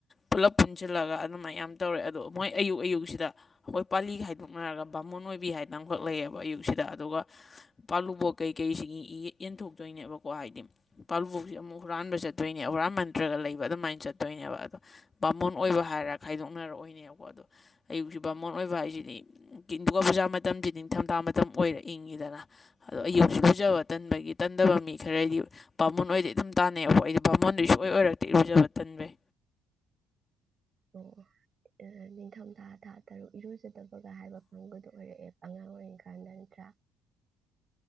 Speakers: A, on the left; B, on the right.
A: ꯄꯨꯂꯞ ꯄꯨꯟꯁꯤꯜꯂꯒ ꯑꯗꯨꯃꯥꯏ ꯌꯥꯝ ꯇꯧꯔꯦ ꯑꯗꯣ ꯃꯣꯏ ꯑꯌꯨꯛ ꯑꯌꯨꯛꯁꯤꯗ ꯑꯈꯣꯏ ꯄꯥꯂꯤ ꯈꯥꯏꯗꯣꯛꯅꯔꯒ ꯕꯥꯃꯣꯟ ꯑꯣꯏꯕꯤ ꯍꯥꯏꯅ ꯑꯃꯈꯛ ꯂꯩꯌꯦꯕ ꯑꯌꯨꯛꯁꯤꯗ ꯑꯗꯨꯒ ꯄꯥꯜꯂꯨꯕꯣꯠ ꯀꯩꯀꯩꯁꯤꯒꯤ ꯌꯦ ꯌꯦꯟꯊꯣꯛꯇꯣꯏꯅꯦꯕꯀꯣ ꯍꯥꯏꯗꯤ ꯄꯥꯜꯂꯨꯕꯣꯛꯁꯤ ꯑꯃꯨꯛ ꯍꯨꯔꯥꯟꯕ ꯆꯠꯇꯣꯏꯅꯦ ꯍꯨꯔꯥꯟ ꯃꯟꯇ꯭ꯔꯒ ꯂꯩꯕ ꯑꯗꯨꯃꯥꯏꯅ ꯆꯠꯇꯣꯏꯅꯦꯕ ꯑꯗꯣ ꯕꯥꯃꯣꯟ ꯑꯣꯏꯕ ꯍꯥꯏꯔ ꯈꯥꯏꯗꯣꯛꯅꯔ ꯑꯣꯏꯅꯦꯕꯀꯣ ꯑꯗꯣ ꯑꯌꯨꯛꯁꯤ ꯕꯥꯃꯣꯟ ꯑꯣꯏꯕ ꯍꯥꯏꯁꯤꯗꯤ ꯀꯤꯟ ꯗꯨꯒꯥ ꯄꯨꯖꯥ ꯃꯇꯝꯁꯤ ꯅꯤꯡꯊꯝꯊꯥ ꯃꯇꯝ ꯑꯣꯏꯔ ꯏꯪꯉꯤꯗꯅ ꯑꯗꯣ ꯑꯌꯨꯛꯁꯨ
B: ꯎꯝ
A: ꯂꯨꯖꯕ ꯇꯟꯕꯒꯤ ꯇꯟꯗꯕ ꯃꯤ ꯈꯔꯗꯤ ꯕꯥꯃꯣꯟ ꯑꯣꯏꯗꯩ ꯑꯗꯨꯝ ꯇꯥꯟꯅꯩꯑꯕꯀꯣ ꯑꯩꯗꯤ ꯕꯥꯃꯣꯟꯗꯤ ꯁꯨꯡꯑꯣꯏ ꯑꯣꯏꯔꯛꯇꯦ ꯏꯔꯨꯖꯕ ꯇꯟꯕꯩ
B: ꯑꯣ ꯑꯣ ꯇꯥ ꯅꯤꯡꯊꯝꯊꯥ ꯊꯥ ꯇꯔꯨꯛ ꯏꯔꯨꯖꯗꯕꯒ ꯍꯥꯏꯕ ꯀꯥꯡꯒꯨꯗꯣ ꯑꯣꯏꯔꯛꯑꯦ ꯑꯉꯥꯡ ꯑꯣꯏꯔꯤꯀꯥꯟꯗ ꯅꯠꯇ꯭ꯔꯥ